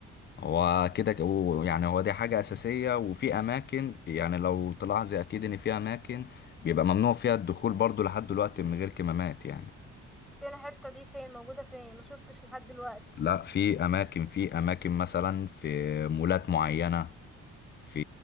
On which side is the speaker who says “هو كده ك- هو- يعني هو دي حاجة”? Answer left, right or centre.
Left